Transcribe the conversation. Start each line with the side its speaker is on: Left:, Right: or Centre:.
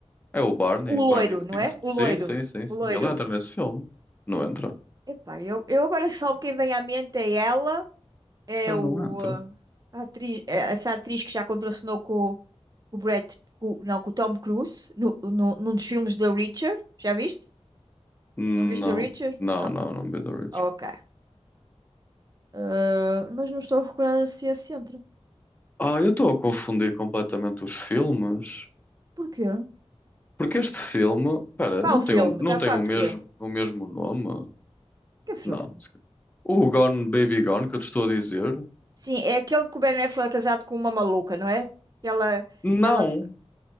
Left: É o Barney,
Right: O
Left: Barney
Right: loiro,
Left: Stinson.
Right: não é? O
Left: Sim,
Right: loiro.
Left: sim, sim, sim.
Right: O loiro.
Left: Ele entra nesse filme? Não entra.
Right: Epá, eu, eu agora só quem vem à mente é ela. É
Left: Esse cara
Right: o,
Left: não entra.
Right: ah, a atriz, é essa atriz que já contracenou com o Brad, com, não, com o Tom Cruise, no, no, num dos filmes da Reacher. Já viste?
Left: Não,
Right: Não viste a Reacher?
Left: não,
Right: Não?
Left: não, não Be the Rich.
Right: Ok. Ah, mas não estou a recordar se é centro.
Left: Ah, eu estou a confundir completamente os filmes.
Right: Porquê?
Left: Porque este filme, pera,
Right: Qual
Left: não
Right: filme?
Left: tem, um não
Right: Está
Left: tem
Right: a falar
Left: o
Right: de
Left: mesmo,
Right: quê?
Left: o mesmo nome.
Right: Que
Left: Não.
Right: filme?
Left: O Gone Baby Gone que eu te estou a dizer.
Right: Sim, é aquele que o Ben Affleck é casado com uma maluca, não é? Que ela,
Left: Não.
Right: que ela